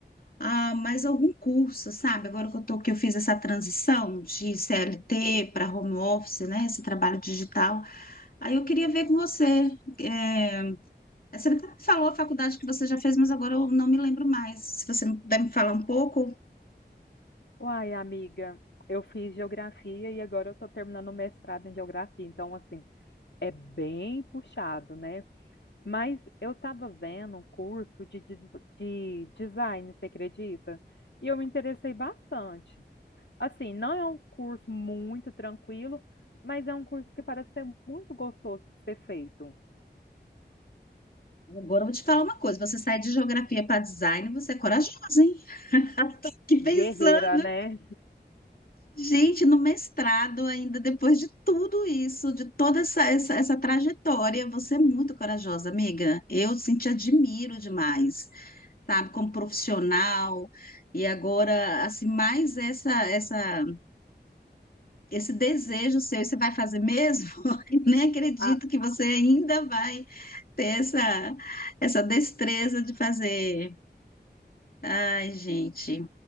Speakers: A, on the left; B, on the left.
A: ah, mais algum curso, sabe? Agora que eu tô, que eu fiz essa transição de CLT para home office, né? Esse trabalho digital. Aí eu queria ver com você. É, você até falou a faculdade que você já fez, mas agora eu não me lembro mais. Se você puder me falar um pouco.
B: Uai, amiga, eu fiz geografia e agora eu tô terminando o mestrado em geografia, então assim, é bem puxado, né? Mas eu tava vendo um curso de, des- de design, você acredita? E eu me interessei bastante. Assim, não é um curso muito tranquilo, mas é um curso que parece ser muito gostoso de ser feito.
A: Agora eu vou te falar uma coisa: você sai de geografia para design, você é corajosa, hein? <laughs> Tô aqui
B: Guerreira,
A: pensando.
B: né?
A: Gente, no mestrado, ainda depois de tudo isso, de toda essa, essa, essa trajetória, você é muito corajosa, amiga. Eu sim, te admiro demais, sabe, como profissional. E agora, assim, mais essa, essa, esse desejo seu, e você vai fazer mesmo? <laughs> Eu Nem acredito
B: A-
A: que você ainda vai ter essa, essa destreza de fazer. Ai, gente.